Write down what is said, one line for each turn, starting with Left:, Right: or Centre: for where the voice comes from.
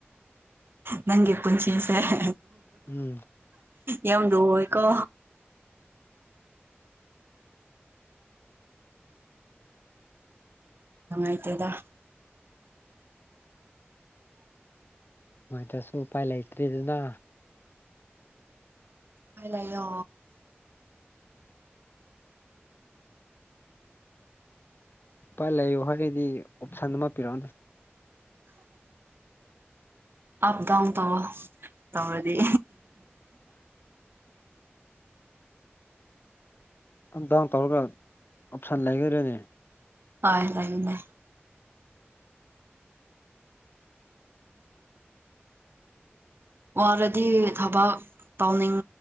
Right: ꯅꯪ ꯈꯨꯆꯦ ꯁꯔꯣ
Left: ꯎꯝ
Right: ꯌꯥꯝ ꯂꯣ ꯑꯣꯏ ꯀꯣ ꯉꯉꯥꯏꯇꯦꯗ
Left: ꯃꯁꯨ ꯎ ꯄꯥꯏ ꯂꯩ ꯑꯩꯇꯔꯤ ꯑꯗꯨꯅꯥ
Right: ꯎꯄꯥꯏ ꯂꯩꯣ
Left: ꯏꯄꯥꯥꯏ ꯂꯩꯌꯨ ꯍꯥꯏꯔꯒꯩꯗꯤ ꯑꯣꯞꯁꯟ ꯑꯃ ꯄꯤꯔꯛꯑꯣꯅꯦ
Right: ꯑꯞꯗꯥꯎꯟ ꯇ ꯋꯥ ꯇꯥꯗꯤꯦ
Left: ꯑꯞ ꯗꯥꯎꯟ ꯇꯧꯔꯒ ꯑꯣꯞꯁꯟ ꯂꯩꯈꯔꯅꯤ
Right: ꯑ ꯂꯩ ꯂꯩ ꯋꯥꯔꯗꯤ ꯊꯕꯛ ꯇꯅꯤꯡ